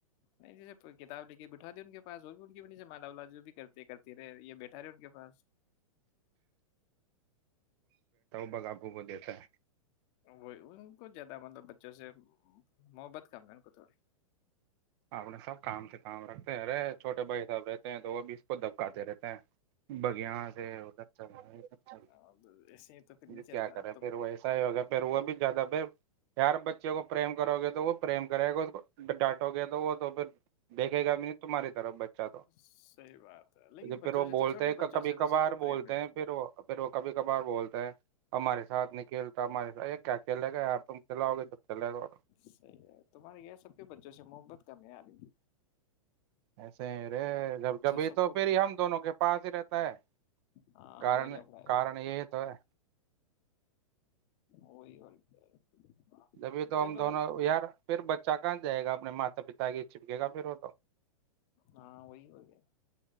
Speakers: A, on the left (about 45°); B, on the right (about 50°).
A: نہیں جیسے کتاب لے کے بٹھا دی ان کے پاس وہ بھی ان کےمالا و جو بھی کرتی رہے یہ بیٹھا رہے ان کے پاس
B: بغ آپو کو دیتا ہے
A: وہی ان کو زیادہ مطلب بچوں سے محبت کم ہے ان کو تھوڑی
B: اپنے سب کام سے کام رکھتے ہیں ارے چھوٹے بھائی سب رہتے ہیں تو وہ بھی اس کو دبکاتے رہتے ہیں بگیا سے رہا رہ
A: تھوڑی ایسے تو پھر نہیں
B: کیا
A: چلتا
B: کرے
A: تم
B: پھر ویسا ہی اگر وہ بھی زیادہ پھر یار بچے کو پرریم کرو گے تو وہ پرریم کرے گا اس کو ڈانٹ تو وہ تو پھر دیکھے گا بھی نہیں تمہاری طرف بچ اچھا
A: صحیح بات ہے لیکن
B: تو
A: بچوں
B: پھر وہ
A: سے
B: بولتے
A: چھوٹے
B: ہیں
A: بچوں
B: کبھی
A: سے
B: کبھار
A: تو سب کو پریم
B: بولتے
A: رہتا
B: ہیں
A: ہے
B: پھر وہ پھر وہ کبھی کبھار بولتے ہیں ہمارے ساتھ نکل یہ کیا چ لے گایار تم چلااؤے لے گا
A: سی ہے تمہارے یہ سب کے بچوں سے محببت کمی آ رہی تھی
B: ایسےرے جب جبھی
A: سب
B: تو
A: کو
B: پھر ہی ہم دونوں کے پاس ہی رہتا ہے
A: ہاں
B: کن
A: وہی لفڑا
B: کارن یہی تو ہے
A: وہی کیا ہے
B: جبھی تو
A: کل
B: ہم
A: وہ
B: دونوں یار پھر بچہ کا جائے اپنے ماتا پیتا کہ چپکے گا پھر وہ تو
A: ہاں وہی ہو گیا